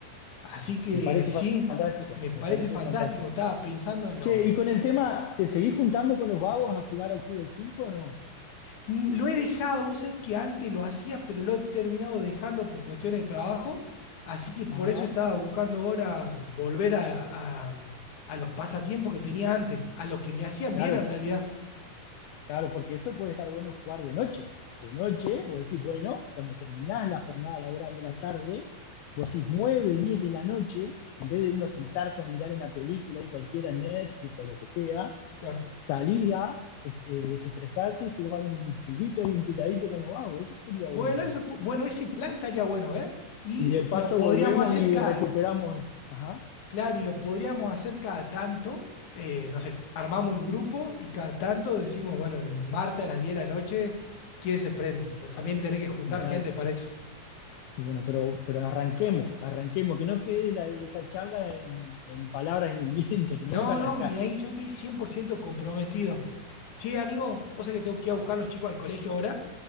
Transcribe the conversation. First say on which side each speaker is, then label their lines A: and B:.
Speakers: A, on the left; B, on the left.
A: Así que
B: Me parece
A: sí,
B: fantástico,
A: me parece
B: me parece
A: fantástico.
B: fantástico.
A: Estaba pensando en lo...
B: Che, y con el tema, ¿te seguís juntando con los vagos a jugar al fútbol 5 o no?
A: Mm, Lo he dejado, vos sabés que antes lo hacía, pero lo he terminado dejando por cuestiones de trabajo. Así que por
B: Ajá,
A: eso estaba buscando ahora volver a, a- a los pasatiempos que tenía antes, a los que me hacían
B: claro,
A: bien en realidad.
B: Claro, porque eso puede estar bueno jugar de noche. De noche, vos decís, bueno, cuando terminás la jornada laboral de la tarde, vos decís 9, 10 de la noche, en vez de uno sentarse a mirar una película y cualquiera, Netflix o lo que sea,
A: Claro.
B: salís a este, desestresarte y jugar un fulbito y un picadito con los vagos. Eso sería
A: Bueno,
B: bueno también.
A: eso, pu- bueno, ese plan estaría bueno, ¿eh? Y
B: Y de
A: lo
B: paso
A: podríamos
B: volvemos
A: hacer
B: y
A: cada...
B: recuperamos. Ajá,
A: Claro, y lo podríamos hacer cada tanto. eh, no sé, armamos un grupo y cada tanto decimos, bueno, el martes a las 10 de la noche, ¿quién se prende? Pues también tenés que juntar
B: dale.
A: gente para eso.
B: Bueno, pero, pero arranquemos, arranquemos, que no quede la- esta charla en, en palabras en el <laughs> viento, tenemos
A: No,
B: que arrancar.
A: no, ni ahí yo estoy 100% comprometido. Che, amigo, vos sabés que tengo que ir a buscar a los chicos al colegio ahora,